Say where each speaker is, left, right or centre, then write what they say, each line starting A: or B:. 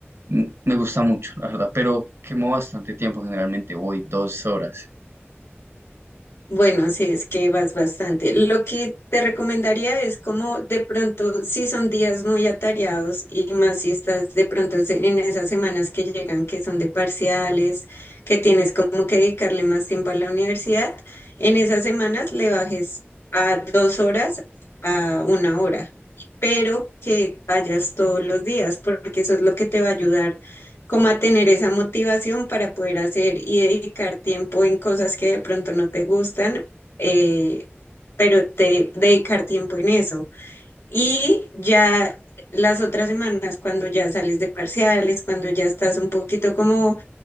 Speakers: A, on the right (about 70°); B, on the left (about 80°).
A: m- me gusta mucho, la verdad, pero quemo bastante tiempo, generalmente voy dos horas,
B: Bueno, sí, es que vas bastante. Lo que te recomendaría es como de pronto, si son días muy atareados y más si estás de pronto se- en esas semanas que llegan, que son de parciales, que tienes como que dedicarle más tiempo a la universidad, en esas semanas le bajes a dos horas a una hora, pero que vayas todos los días, porque eso es lo que te va a ayudar como a tener esa motivación para poder hacer y dedicar tiempo en cosas que de pronto no te gustan, eh, pero te dedicar tiempo en eso. Y ya las otras semanas, cuando ya sales de parciales, cuando ya estás un poquito como